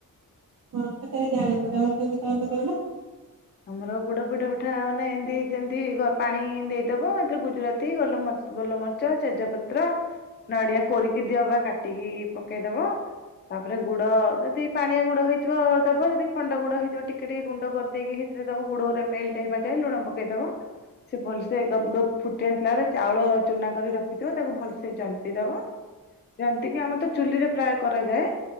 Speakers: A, on the right; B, on the left.
A: ହଁ ଏଟାବି ଜାଣିଛି ତମେ କେମିତି କରନ୍ତି କହିଲ।
B: ଆମର ଗୁଡ ପୋଡ଼ ପିଠା ମାନେ ଏମିତି ଯେମିତି ପାଣି ଦେଇଦବ ଏଥିରେ ଗୁଜୁରାତି ଗୋଲମରିଚ ଗୋଲମରିଚ୍। ଚ ତେଜ ପତ୍ର ନଡିଆ କୋରିକି ଦିଅ ବା କାଟିକି ପକେଇଦବ ତାପରେ ଗୁଡ ଯଦି ପାଣିଆ ଗୁଡ ହେଇଥିବ ଦବ ଯଦି ଖଣ୍ଡ ଗୁଡ ହେଇଥିବ ଟିକେ ଟିକେ ଗୁଣ୍ଡ କରିଦେଇକି ଦବ ଗୁଡ ରେ ମେଲଟ ହେବା ଯାଏ ଲୁଣ ପକେଇଦବ ସେ ଭଲସେ ଗପ୍ ଗପ୍ ଫୁଟି ଆସିଲା ପରେ ଚାଉଳ ଚୁନା କରି ରଖିଥିବ ତାକୁ ଭଲସେ ଜନ୍ତି ଦବ। ଜନ୍ତିକୀ ଆମର ତ ଚୁଲିରେ ପ୍ରାୟ କରାଯାଏ।